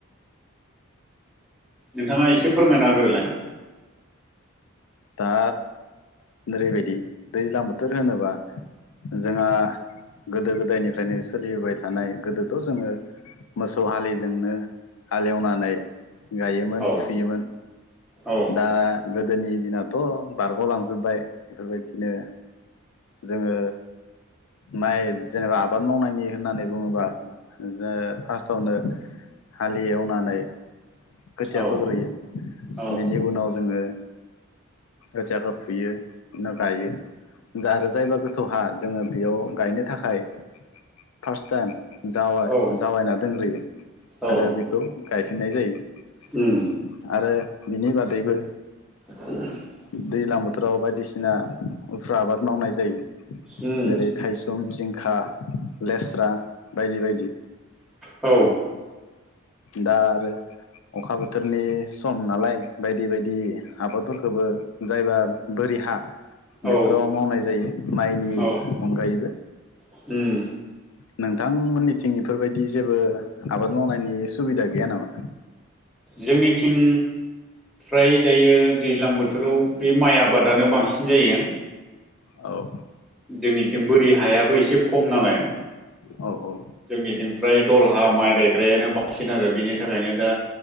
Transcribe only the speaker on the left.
दा ओरैबायदि दैज्लां बोथोर होनोबा जोंहा गोदो गोदायनिफ्रायनो सोलिबोबाय थानाय गोदोथ' जोङो मोसौ हालिजोंनो हाल एवनानै गायोमोन
फुयोमोन
दा गोदोनि दिना थ' बारग'लांजोबबाय बेफोरबायदिनो जोङो माइ जेनेबा आबाद मावनायनि होननानै बुङोबा जो- फार्स्टआवनो हालि एवनानै खोथिया
फोग्रोयो
बिनि उनाव जोङो खोथियाखौ फुयो उनाव गायो जारो जायबा गोथौहा जोङो बेयाव गायनो थाखाय फार्स्ट टाइम जावाइ-जावाइना
दोनग्रोयो
आरो बेखौ गायफिननाय जायो।
आरो बिनि बादैबो
दैज्लां बोथोराव बायदिसिना उफ्रा आबाद मावनाय जायो
जेरै थायसुम जिं खा लेस्रा बायदि बायदि
दा आरो अखा बोथोरनि सम नालाय बायदि बायदि आबादफोरखौबो जायबा बोरि हा
बेफोराव मावनाय जायो माइनि
अनगायैबो।
नोंथां मोननि थिं इफोरबायदि जेबो आबाद मावनायनि सुबिदा गैया नामा?
औ
औ औ